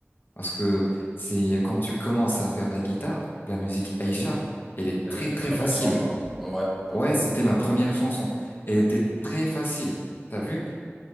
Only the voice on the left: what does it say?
Parce que c'est quand tu commences à faire de la guitare, de la musique Aïcha, elle est
très
très
facile.
Ouais, c'était ma première chanson. Elle était très facile. T'as vu?